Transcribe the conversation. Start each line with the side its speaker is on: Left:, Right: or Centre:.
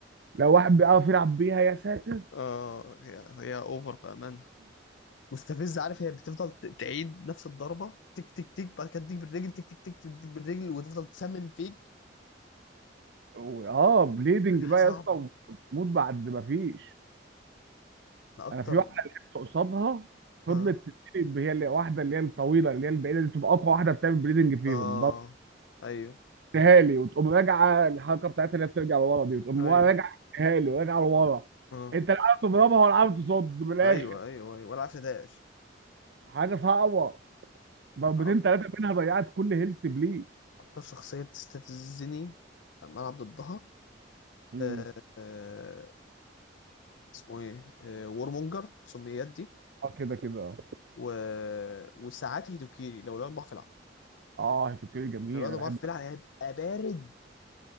Right: لو واحد بيعرف يلعب بيها يا ساتر
Left: اه هي هي اوفر بأمان مستفزة عارف هي بتفضل ت- تعيد نفس الضربة تك تك تك بعد كده تديك بالرجل تك تك تك تديك بالرجل وتفضل تسمم فيك
Right: و- اه بليدنج
Left: حاجة
Right: بقى
Left: صعبة
Right: يا اسطى وتموت بعد ما فيش
Left: انا اكتر
Right: انا في واحده لعبت قصادها
Left: اه
Right: فضلت تتقلب هي اللي واحده اللي هي الطويله اللي هي البعيده دي تبقى اقوى واحده بتعمل بريدنج فيهم
Left: اه ايوه
Right: ضربتها لي وتقوم راجعه الحركه بتاعتها اللي هي بترجع لورا دي وتقوم
Left: ايوه
Right: ورا- راجعه اديها لي وراجعه لورا
Left: اه
Right: انت لا عارف تضربها ولا عارف تصد من الاخر
Left: ايوه ايوه ايوه ولا عارف ده
Right: حاجه صعبه ضربتين
Left: اكتر
Right: ثلاثه منها ضيعت كل هيلث بليه
Left: اكتر شخصية بتستفزني لما العب ضدها
Right: مم.
Left: آه، آه، اسمه ايه آه، وورمونجر سميات دي
Right: اه كده كده اه
Left: و... وساعات هيدوكيري لو الولد ضعف في العب
Right: آه، هيتوكيري جميل
Left: لو الولد
Right: انا
Left: ضعف
Right: بحب
Left: في العب هيبقى بارد